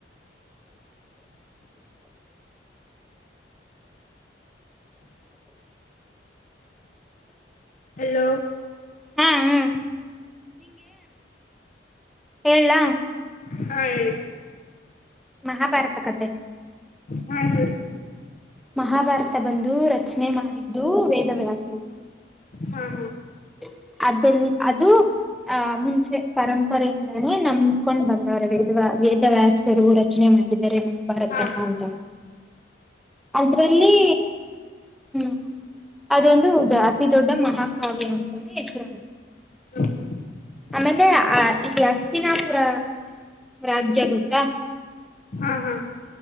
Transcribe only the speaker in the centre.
ಹಾ ಹಾ ಹೇಳ್ಲ
ಮಹಾಭಾರತ ಕಥೆ
ಮಹಾಭಾರತ ಬಂದು ರಚನೆ ಮಾಡಿದ್ದು ವೇದವ್ಯಾಸರು
<unintelligible> ಅದು ಆ ಮುಂಚೆ ಪರಂಪರೆಯಿಂದಾನೇ ನಂಬಕೊಂಡು ಬಂದ ವೇದ ವೇದವ್ಯಾಸರು ರಚನೆ ಮಾಡಿದ್ದಾರೆ ಮಹಾಭಾರತನ
ಅಂತ ಅದ್ರಲ್ಲಿ ಹ್ಮ ಅದೊಂದು ಅತಿ ದೊಡ್ಡ ಮಹಾಕಾವ್ಯ ಅಂತಾನೆ ಹೆಸರು
ಆಮೇಲೆ ಅ ಈ ಹಸ್ತಿನಾಪುರ ರಾಜ್ಯ ಗೋತ